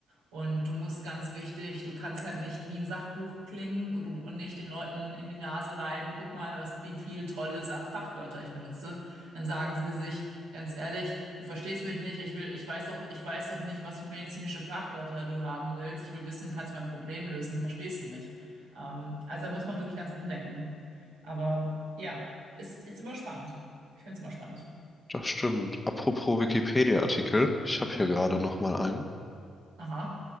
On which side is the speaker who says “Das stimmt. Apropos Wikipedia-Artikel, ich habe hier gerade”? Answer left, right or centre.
Left